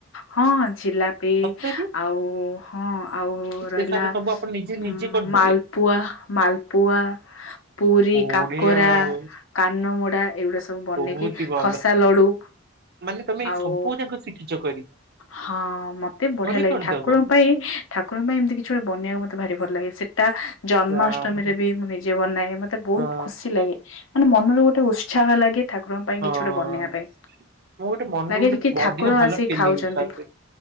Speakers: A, on the left (about 80°); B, on the right (about 55°).
A: ହଁ ଜିଲାପି
B: ସତରେ
A: ଆଉ ହଁ ଆଉ
B: ଏତେ
A: ରହିଲା
B: ସାରା ସବୁ ଆପଣ ନିଜେ
A: ଉ
B: ନିଜେ କରିଦେବେ?
A: ମାଲ ପୁଆ ମାଲପୁଆ ପୁରୀ
B: ବଢିଆ
A: କାକରା
B: ଆଉ
A: କାନମୋଡା ଏଇଗୁଡା ସବୁ ବନେଇକି
B: ବହୁତ ହି ଭଲ
A: ଖସା ଲଡୁ।
B: ମାନେ ତମେ
A: ଆଉ
B: ଏଇ ସବୁ ଯାକ ଶିଖିଛି କରି।
A: ହଁ ମତେ ବଢିଆ
B: ଘରେ
A: ଲାଗେ
B: କରିଦବ
A: ଠାକୁଙ୍କ ପାଇଁ ଠାକୁରଙ୍କ ପାଇଁ ଏମିତି କିଛି ଗୋଟେ ବନେଇବାକୁ ମତେ ଭି ଭଲ ଲାଗେ ସେ ଟା ଜନ୍ମାଷ୍ଟମୀରେ
B: ଯା ହଉ
A: ବି ମୁଁ ନିଜେ ବନାଏ ମତେ ବହୁତ
B: ହଁ
A: ଖୁସି ଲାଗେ। ମାନେ ମନରୁ ଗୋଟେ ଉତ୍ସାହ ଲାଗେ ଠାକୁ ଠାକୁରଙ୍କ ପାଇଁ
B: ହଁ।
A: କିଛି ଗୋଟେ ବନେଇବା ପାଇଁ
B: ମୁଁ ଗୋଟେ ମନରୁ
A: ଲାଗେଛି
B: ଗୋଟେ
A: କି ଠାକୁର
B: ଅଧିକ ଭଲ
A: ଆସି
B: ଫିଲିଙ୍ଗସ୍
A: ଖାଉଛନ୍ତି
B: ଆସେ।